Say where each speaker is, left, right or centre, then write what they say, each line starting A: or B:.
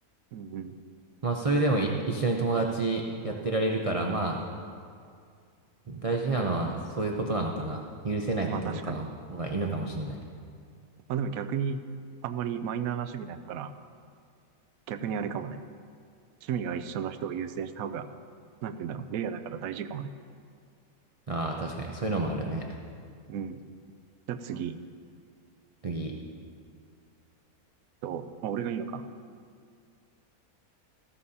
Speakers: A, on the right; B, on the right.
A: うんうん。
B: まあ、それでもい一緒に友達やってられるから、まあ、大事なのはそういうことなのかな。許せないこととかの方がいいのかもしれない。
A: まあ確かに。まあでも逆に、あんまりマイナーな趣味だったら、逆にあれかもね。趣味が一緒の人を優先した方が、なんて言うんだろう。レイヤーだから大事かもね。
B: ああ、確かに。そういうのもあるね。
A: うん。じゃあ次
B: 次。
A: と、まあ、俺がいいのか。